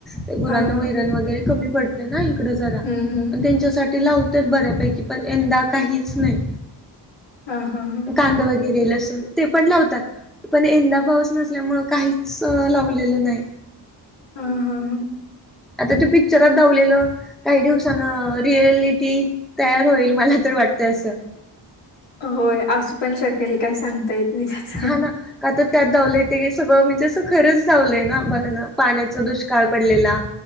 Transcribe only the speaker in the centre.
ते गुरांना
वैरण वगैरे कमी पडते ना इकडं जरा आणि
त्यांच्यासाठी लावत- तर बऱ्यापैकी पण यंदा काहीच नाही.
कांदा वगैरे लसून ते. पण लावतात, पण यंदा पाऊस नसल्यामुळे काहीच लावलेलं नाही.
आता ते पिक्चरात दावलेलं- काही दिवसान रिअलिटी तयार होईल, मला तर वाटत असं.
हा ना का आता- त्यात दावलंय ते, सगळं म्हणजे असं खरंच दावलंय ना, बघ ना पाण्याचा दुष्काळ पडलेला-